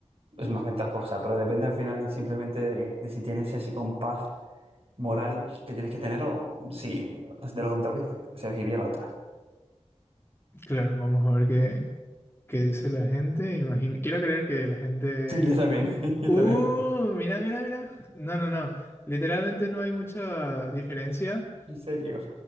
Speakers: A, on the right; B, on the left.
A: es más ventajosa. Pero depende al final simplemente de, de si tienes ese compás moral que tienes que tener o si de lo contrario se elegiría la otra. <laughs>
B: Claro, vamos a ver qué, qué dice la gente. Imagino, quiero creer que la gente...
A: Sí, yo también, <laughs> yo
B: ¡Uh!
A: también.
B: Mira, mira, mira. No, no, no. Literalmente no hay mucha diferencia.
A: En serio.